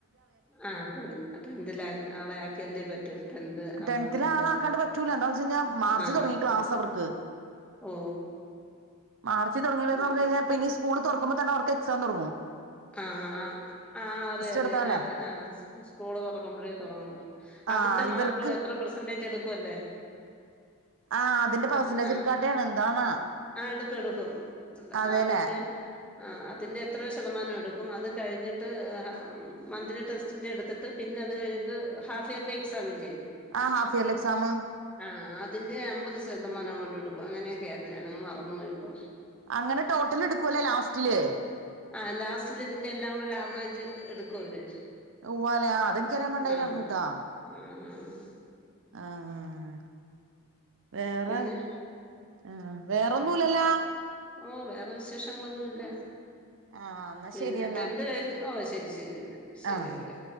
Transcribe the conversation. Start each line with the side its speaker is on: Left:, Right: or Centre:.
Centre: ആഹ് ടെ ടെൻതിലെ ആളെ ആക്കിയല്ലേ പറ്റൂ ടെൻത് ആവുമ്പോ
Right: ടെൻത്തിലെ
Centre: പിന്നെ
Right: ആളെ ആക്കാണ്ട് പറ്റൂല്ല എന്താന്ന് വെച്ചെഴിഞ്ഞാൽ മാർച്ച്
Centre: ആ
Right: തൊടങ്ങി ക്ലാസ് അവർക്ക്
Centre: ഓ
Right: മാർച്ച് തുടങ്ങിലെയന്ന്
Centre: ആ
Right: പറഞ്ഞയ്ഞ്ഞാ പിന്നീ സ് സ്കൂള് തൊറക്കുമ്പോ തന്നെ അവർക്ക് എക്സാം തൊടങ്ങും
Centre: ആഹ് ആഹ് ആഹ് ആഹ് അറിയ അറിയ
Right: എടുത്താലേ
Centre: അറിയ ആഹ് സ്കൂള് തുറക്കുമ്പോഴേ തൊടങ്ങു
Right: ആ
Centre: അതിന്റെ
Right: ഇവർക്ക്
Centre: മാർക്കു എത്ര പ്രെസെന്റേജ് എടുക്കു അല്ലേ
Right: ആ അതിന്റെ പെർസെന്റേജ്
Centre: അത് ആഹ്
Right: എടുക്കാട്ടെയാണ് എന്താണ്
Centre: ആഹ് എടുക്കു എടുക്കും ത്
Right: അതെല്ലേ
Centre: ആഹ് അതിന്റെ ആഹ് അതിന്റെ എത്ര ശതമാനാ ടുക്കും അത് കഴിഞ്ഞിട്ട് <unintelligible> മന്ത്ലി ടെസ്റ്റിന്റെ എട്ത്ത്ട്ട് പിന്നെ അത് കഴ്ഞ്ഞ്ട്ട് ഹാഫ് ഇയർലി ക്സാമില്ലേ
Right: ആ ഹാഫ് ഇയർലി എക്സാമ്
Centre: ആഹ് അതിന്റെ അമ്പത് സദമാനങ്ങട്ട്ട്ക്കും അങ്ങനെയൊക്കെയായിരുന്നു ഞാൻ അത് മറന്നു പോയി ഇപ്പോ
Right: അങ്ങനെ ടോട്ടൽ എടുക്കുവല്ലേ ലാസ്റ്റില്
Centre: ആഹ് ലാസ്റ്റില് ഇതിന്റെ എല്ലാം കൂടെ ഒരു ആവറേജ് എടുക്കു അവര്
Right: ഉവ്വാലേ ആഹ് അതെനിക്കറിയാപാട്ണ്ടില്ലാ
Centre: ആഹ്
Right: യിരുന്നൂട്ടാ
Centre: ആഹ്
Right: ആഹ് വേറെ
Centre: പിന്നെ
Right: ആഹ് വേറൊന്നുല്ലല്ലാ
Centre: ഉം വേറെ വിശേഷങ്ങളൊന്നു ഇല്ല
Right: ആ എന്നാ
Centre: പിന്നെട്ടെന്ത്
Right: ശരി എന്നാ
Centre: കഴിഞ്ഞ് ഓഹ് ശരി ശരി എന്ന ശരി
Right: ആഹ്
Centre: ഓക്കെ